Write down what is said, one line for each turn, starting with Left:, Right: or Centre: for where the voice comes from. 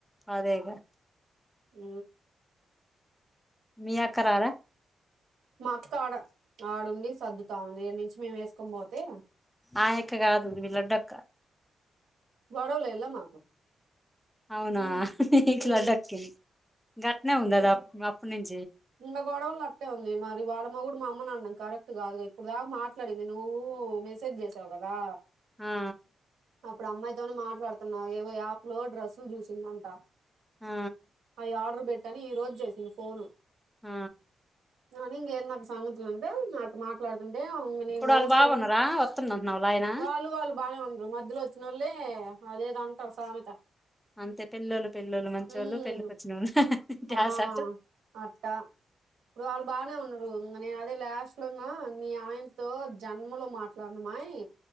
Centre: అదేగా
Right: అ
Centre: మీ యక్క రార
Right: మాక్క ఆడ ఆడుండి సర్దుతా ఉంది ఇక్కడి నుంచి మేము వేసుకొని పోతే
Centre: ఆయక్క కాదు మీ లడ్డక్క
Right: గోడవల ఎల్ల మాకు
Centre: అవునా మీకులా
Right: ఉమ్
Centre: డక్కేది గట్నే ఉందద అప్పు నుంచి
Right: ఇంకా గొడవలు నట్టే ఉంది మరి వాళ్ళ మొగుడు మా అమని అన్నాం కరెక్ట్ కాదుగా ఇప్పుడు దాకా మాట మాట్లాదిండి నువ్ మెసేజ్ చేసావు గదా
Centre: ఆ
Right: అప్పుడు అమ్మాయితోనే మాట్లాడుతున్నా ఏవో యాపు లు డ్రస్సులు చూసిందంట
Centre: ఆ
Right: అవి ఆర్డర్ పెట్టని ఈ రోజు చేసింది ఫోను
Centre: ఆ
Right: అని ఇంగ ఏంది అక్క సంగతులు అంటే అటు మాట్లాడుతంటే ఉమ్ ఇంగ నీ
Centre: ఇప్పుడు
Right: మొగుడు
Centre: వాళ్ళు బాగున్నారా
Right: తో
Centre: వత్తుంది అంటున్నావులా ఆయన
Right: వాళ్ళు వాళ్ళు బాగానే ఉండరు మధ్యలో వచ్చిన వాళ్ళలే అదేదో అంటారు సామెత
Centre: అంతే పెళ్లోళ్ళు పెళ్లళ్ళు మంచివాళ్ళు
Right: ఉమ్
Centre: పెళ్ళికొచ్చిన వాళ్ళు డాష్
Right: ఆ
Centre: అంటారు
Right: అట్టా ఇప్పుడు వాళ్ళు బాగానే ఉన్నారు ఇనే నేను అదే లాస్ట్ లోనా నీ ఆయనతో జన్మలో మాట్లాడన మాయి